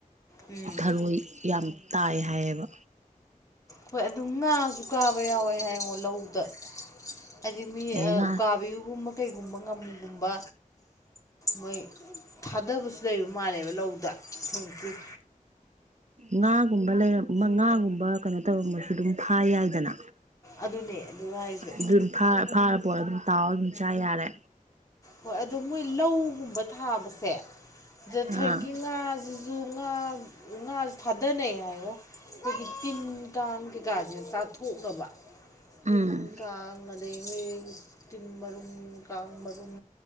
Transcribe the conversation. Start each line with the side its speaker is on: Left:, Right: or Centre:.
Left: ꯎꯝ
Right: ꯊꯔꯣꯏ ꯌꯥꯝ ꯇꯥꯏ ꯍꯥꯏꯌꯦꯕ
Left: ꯍꯣꯏ ꯑꯗꯨꯝ ꯉꯥꯁꯨ ꯀꯥꯕ ꯌꯥꯎꯋꯦ ꯍꯥꯏꯉꯣ ꯂꯧꯗ ꯍꯥꯏꯗꯤ ꯃꯤ
Right: ꯑꯦ ꯉꯥ
Left: ꯎꯀꯥ ꯕꯌꯨꯒꯨꯝꯕ ꯀꯩꯒꯨꯝꯕ ꯉꯥꯃꯨꯒꯨꯝꯕ ꯃꯣꯏ ꯊꯥꯗꯕꯁꯨ ꯂꯩꯕ ꯃꯥꯜꯂꯦꯕ ꯂꯧꯗ ꯊꯋꫭꯟꯀꯩ
Right: ꯉꯥꯒꯨꯝꯕ ꯂꯩꯔ ꯉꯥꯒꯨꯝꯕ ꯀꯩꯅꯣ ꯇꯧꯔꯝꯃꯁꯨ ꯑꯗꯨꯝ ꯐꯥ ꯌꯥꯏꯗꯅ
Left: ꯑꯗꯨꯅꯦ ꯑꯗꯨ ꯍꯥꯏꯁꯦ
Right: ꯑꯗꯨꯝ ꯐꯥꯔ ꯐꯥꯔ ꯄꯨꯔꯛꯑꯒꯥ ꯑꯗꯨꯝ ꯇꯥꯎꯔ ꯑꯗꯨꯝ ꯆꯥ ꯌꯥꯔꯦ
Left: ꯍꯣꯏ ꯑꯗꯣ ꯃꯣꯏ ꯂꯧꯒꯨꯝꯕ ꯊꯥꯕꯁꯦ ꯑꯗꯥ
Right: ꯑꯥ
Left: ꯊꯣꯏꯒꯤ ꯉꯥꯁꯤꯁꯨ ꯉꯥ ꯉꯥꯁꯨ ꯊꯥꯗꯅꯩ ꯍꯥꯏꯉꫭ ꯑꯩꯈꯣꯏꯒꯤ ꯇꯤꯟ ꯀꯥꯡ ꯀꯩꯀꯥꯁꯦ ꯆꯥꯊꯣꯛꯅꯕ ꯇꯤꯟ
Right: ꯎꯝ
Left: ꯀꯥꯡ ꯑꯗꯩꯒꯤ ꯇꯤꯟ ꯃꯔꯨꯝ ꯀꯥꯡ ꯃꯔꯨꯝ